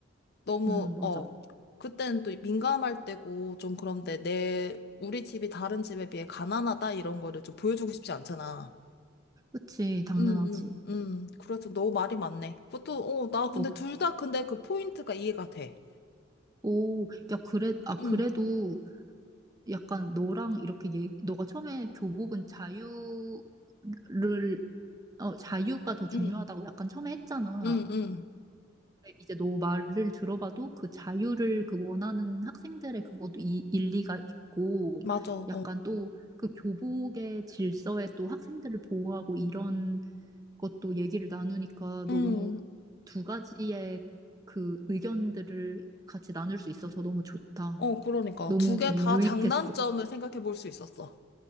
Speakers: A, on the left; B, on the right.
A: 너무,
B: 음, 맞아.
A: 어. 그때는 또 민감할 때고, 좀 그런데 내, 우리 집이 다른 집에 비해 가난하다, 이런 거를 좀 보여주고 싶지 않잖아.
B: 그치, 당연하지.
A: 응, 응, 응. 그래서 너 말이 맞네. 그것도, 어, 나 근데
B: 어,
A: 둘 다 근데 그 포인트가 이해가 돼.
B: 오, 야, 그래, 아, 그래도
A: 응,
B: 약간 너랑 이렇게 얘기, 너가 처음에 교복은 자유를 어, 자유가 더 중요하다고
A: 응,
B: 약간 처음에 했잖아.
A: 응, 응.
B: 이제 너 말을 들어봐도 그 자유를 그 원하는 학생들의 그것도 이, 일리가 있고
A: 맞아, 어.
B: 약간 또 그 교복의 질서에 또 학생들을 보호하고 이런 것도 얘기를 나누니까
A: 응.
B: 너무 두 가지의 그 의견들을 같이 나눌 수 있어서 너무 좋다.
A: 어, 그러니까.
B: 너무
A: 두 개
B: 응, 유-
A: 다
B: 유익했어.
A: 장단점을 생각해 볼 수 있었어.